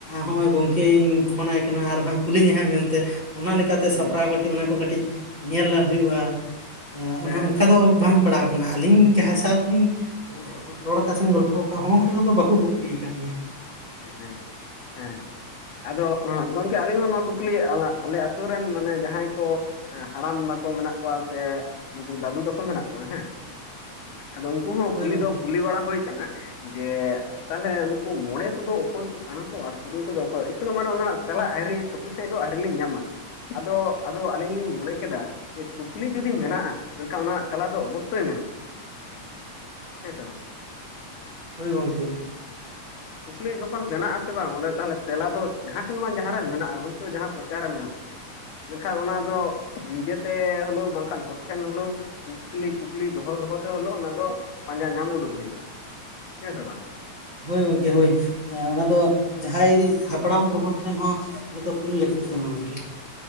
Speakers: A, on the right (about 75°); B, on the left (about 80°).
A: ᱦᱚᱜᱼᱚᱭ ᱜᱚᱝᱠᱮ ᱤᱧ ᱯᱷᱳᱱ ᱟᱭ ᱠᱟᱱᱟ ᱟᱨ ᱦᱟᱸᱜ ᱠᱩᱞᱤᱧᱟᱭ ᱦᱟᱸᱜ ᱢᱮᱱᱛᱮ ᱚᱱᱟ ᱞᱮᱠᱟᱛᱮ
B: ᱦᱮᱸ
A: ᱥᱟᱯᱨᱟᱣ ᱠᱟᱹᱴᱤᱡ ᱚᱱᱟ ᱠᱚ ᱠᱟᱹᱴᱤᱡ ᱧᱮᱞ ᱦᱩᱭᱩᱜᱼᱟ ᱚᱱᱟ
B: ᱦᱮᱸ
A: ᱚᱱᱠᱟ ᱫᱚ ᱵᱟᱝ ᱯᱟᱲᱟᱣ ᱢᱟᱱᱮ ᱟᱹᱞᱤᱧ ᱡᱟᱦᱟᱸᱭ ᱥᱟᱶᱛᱮᱞᱤᱧ ᱨᱚᱲ ᱠᱟ ᱥᱮᱢ ᱜᱚᱞᱯᱚ ᱠᱟᱜᱼᱟ ᱦᱚᱸᱜ ᱚᱱᱠᱟ ᱠᱚᱫᱚ ᱵᱟᱠᱚ ᱠᱩᱠᱞᱤ ᱠᱟᱫᱞᱤᱧᱟ,
B: ᱦᱮᱸ ᱦᱮᱸ, ᱟᱫᱚ ᱜᱚᱝᱠᱮ ᱟᱹᱞᱤᱧ ᱦᱚᱸ ᱱᱚᱣᱟ ᱠᱩᱠᱞᱤ ᱟᱞᱮ ᱟᱛᱳ ᱨᱮᱱ ᱢᱟᱱᱮ ᱡᱟᱦᱟᱸᱭ ᱠᱚ ᱦᱮᱸ ᱦᱟᱲᱟᱢ ᱵᱟᱠᱚ ᱢᱮᱱᱟᱜ ᱠᱚᱣᱟ ᱥᱮ ᱱᱩᱠᱩ ᱫᱟᱹᱫᱩ ᱛᱟᱠᱚ ᱢᱮᱱᱟᱜ ᱠᱚᱣᱟ ᱦᱮᱸ, ᱟᱫᱚ ᱩᱱᱠᱩ ᱦᱚᱸ
A: ᱦᱳᱭ
B: ᱠᱩᱞᱤ
A: ᱜᱚᱝᱠᱮ
B: ᱫᱚ ᱠᱩᱞᱤ ᱵᱟᱲᱟ ᱦᱩᱭ ᱠᱟᱱᱟ ᱡᱮ ᱛᱟᱞᱦᱮ ᱩᱱᱠᱩ ᱢᱚᱬᱮ ᱠᱚᱫᱚ ᱚᱠᱚᱭ ᱠᱚ ᱠᱟᱱᱟ ᱠᱚ ᱟᱨ ᱛᱩᱨᱩᱭ ᱠᱚᱫᱚ ᱚᱠᱚᱭ ᱮᱠᱷᱚᱱᱳ ᱫᱚ ᱢᱟᱱᱮ ᱚᱱᱟ ᱨᱮᱱᱟᱜ ᱛᱮᱞᱟ ᱟᱹᱭᱨᱤ ᱥᱚᱴᱷᱤᱠ ᱥᱟᱦᱤᱡ ᱫᱚ ᱟᱹᱣᱨᱤ ᱞᱤᱧ ᱧᱟᱢᱟ᱾ ᱟᱫᱚ ᱟᱫᱚ ᱟᱹᱞᱤᱧ ᱞᱤᱧ ᱢᱚᱱᱮ ᱠᱮᱫᱟ, ᱪᱮᱫ ᱠᱩᱠᱞᱤ ᱡᱩᱫᱤ ᱢᱮᱱᱟᱜᱼᱟ ᱢᱮᱱᱠᱷᱟᱱ ᱚᱱᱟ ᱛᱟᱞᱟ ᱫᱚ ᱚᱵᱚᱥᱥᱳᱭ ᱢᱮᱱᱟᱜᱼᱟ, ᱦᱮᱸ ᱥᱮ ᱵᱟᱝ?
A: ᱦᱳᱭ ᱜᱚᱝᱠᱮ᱾
B: ᱠᱩᱠᱞᱤ ᱡᱚᱠᱷᱚᱱ ᱵᱮᱱᱟᱜ ᱟᱥᱮ ᱵᱟᱝ ᱚᱸᱰᱮ ᱛᱟᱦᱚᱞᱮ ᱛᱮᱞᱟ ᱫᱚ ᱡᱟᱦᱟᱸ ᱴᱷᱮᱱ ᱵᱟᱝ ᱡᱟᱦᱟᱸ ᱨᱮ ᱢᱮᱱᱟᱜᱼᱟ ᱦᱳᱭᱛᱳ ᱡᱟᱦᱟᱸ ᱠᱚᱪᱟᱨᱮ ᱢᱮᱱᱟᱜᱼᱟᱺ ᱢᱮᱱᱠᱷᱟᱱ ᱚᱱᱟ ᱫᱚ ᱱᱤᱡᱮᱛᱮ ᱦᱳᱞᱳᱣ ᱵᱟᱝᱠᱷᱟᱱ ᱦᱚᱲ ᱴᱷᱮᱱ ᱦᱳᱞᱳᱣ, ᱠᱩᱠᱞᱤ ᱠᱩᱠᱞᱤ ᱫᱚᱦᱚ ᱫᱚᱦᱚᱛᱮ ᱦᱚᱞᱮ ᱳ ᱚᱱᱟ ᱫᱚ ᱯᱟᱸᱡᱟ ᱧᱟᱢ ᱩᱰᱩᱜ ᱦᱩᱭᱩᱜᱼᱟ ᱦᱮᱸ ᱥᱮ ᱵᱟᱝ?
A: ᱦᱳᱭ ᱜᱚᱢᱠᱮ ᱦᱳᱭ ᱚᱱᱟ ᱫᱚ ᱡᱟᱦᱟᱸᱭ ᱦᱟᱯᱲᱟᱢ ᱠᱚᱦᱚᱸ ᱴᱷᱮᱱ ᱦᱚᱸ ᱚᱱᱟ ᱛᱚ ᱠᱩᱞᱤ ᱞᱟᱹᱠᱛᱤ ᱠᱟᱱᱟ ᱜᱚᱝᱠᱮ,